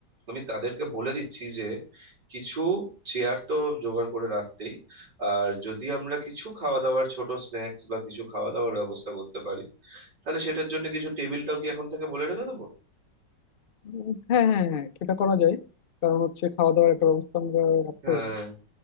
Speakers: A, on the right; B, on the left.
A: আমি তাদেরকে বলে দিচ্ছি যে কিছু চেয়ার তো জোগাড় করে রাখতেই আর যদি আমরা কিছু খাওয়া দাওয়ার ছোট স্ন্যাক্স বা কিছু খাওয়া দাওয়ার ব্যবস্থা করতে পারি তাহলে সেটার জন্য কিছু টেবিলটাও কি এখন থেকে বলে রেখে দেবো
B: উম, হ্যাঁ হ্যাঁ হ্যাঁ সেটা করা যায় কারণ হচ্ছে খাওয়া দাওয়ার একটা ব্যবস্থা আমরা রাখতে
A: হ্যাঁ
B: পারি